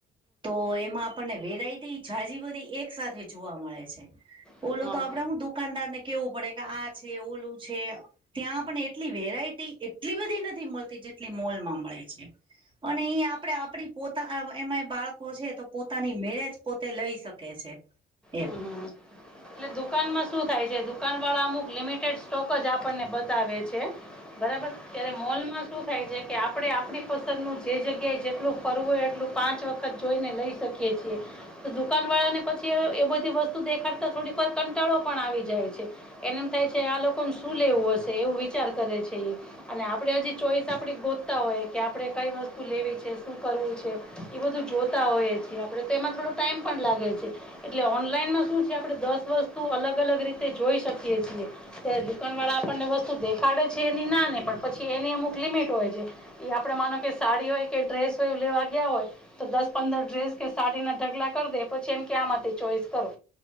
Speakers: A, on the right; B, in the centre.
A: તો એમાં આપણને વેરાયટી જાજી બધી એક સાથે જોવા મળે છે.
B: હા
A: ઓલું તો
B: હા
A: આપણે હું દુકાનદાર ને કેવું પડે કે આ છે ઓલું છે. ત્યાં પણ એટલી વેરાયટી એટલી બધી નથી મળતી જેટલી મોલમાં મળે છે. અને એ આપ આપણે આપણી પોતા એમાંય બાળકો છે તો પોતાની મેળે જ પોતે લઈ શકે છે. એમ.
B: હમ હમ એટલે દુકાનમાં શું થાય છે, દુકાનવાળા અમુક લિમિટેડ સ્ટોક જ આપણને બતાવે છે. બરાબર, ત્યારે મોલમાં શું થાય કે આપણી પસંદનું જે જગ્યાએ જેટલું ફરવું હોય, એટલું પાંચ વખત જોઈને લઈ શકીએ. તો દુકાન વાળા ને પછી એ બધી વસ્તુ દેખાડતા થોડી પર કંટાળો પણ આવી જાય છે. એને એમ થાય છે આ લોકોને શું લેવું હશે એવું વિચાર કરે છે એ. અને આપણે હજી ચોઈસ આપણી શોધતા હોય કે આપણે કઈ વસ્તુ લેવી છે, શું કરવું છે. એ બધું જોતા હોઈએ છીએ આપણે તેમાં થોડો ટાઈમ પણ લાગે છે એટલે ઓનલાઈનમાં શું છે. આપણે દસ વસ્તુ અલગ અલગ રીતે જોઈ છીએ. ત્યારે દુકાન વાળા આપણને વસ્તુ દેખાડે છે એની ના નહી, પણ પછી એની અમુક લિમિટ હોય છે. એ આપણે માનો કે સાડી હોય કે ડ્રેસ હોય એવું લેવા ગયા હોય. તો દસ પંદર ડ્રેસ કે સાડી ના ઢગલા કર દે પછી એમ કે આમાંથી ચોઈસ કરો.